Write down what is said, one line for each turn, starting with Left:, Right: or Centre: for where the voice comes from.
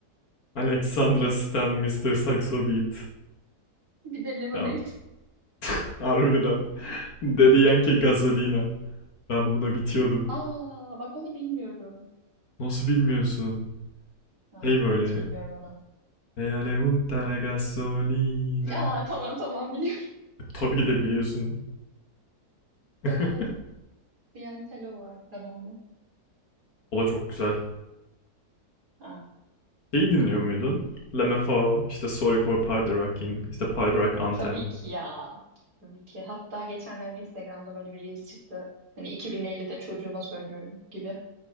Left: Alexandra Stan, Mister Saxo Beat.
Right: Bir de Lemonade.
Left: Ya <laughs> harbiden. <laughs> Dedi Yankee Gasolina. Ben buna bitiyordum.
Right: Aa bak onu bilmiyorum.
Left: Nasıl bilmiyorsun?
Right: Ay
Left: Hey böyle.
Right: hiç bilmiyorum onu.
Left: Hey Alejunta la Gasolina.
Right: Aa tamam tamam biliyorum.
Left: Tabii ki de biliyorsun.
Right: <laughs>
Left: <laughs>
Right: E, Diantelo var bir de bende.
Left: O da çok güzel.
Right: Ah,
Left: Şeyi dinliyor muydun? Lemme Fao, işte Sorry for Party Rocking, işte Party Rock Anthem.
Right: e, tabii ki ya. Tabii ki. Hatta geçenlerde Instagram'da böyle bir Reels çıktı. Hani 2050'de çocuğuma söylüyorum gibi.